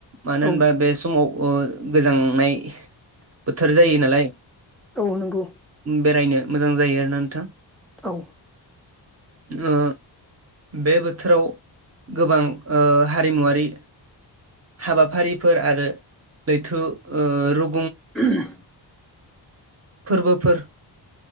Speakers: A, on the right; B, in the centre.
A: मानो होनबा
B: औ
A: बे समाव अ गोजांनाय बोथोर जायो नालाय
B: औ नंगौ
A: बेरायनो मोजां जायो आरोना नोंथां।
B: औ
A: ओ बे बोथोराव गोबां ओ हारिमुवारि हाबाफारिफोर आरो लैथु ओ रु
B: <inaudible>
A: फोरबोफोर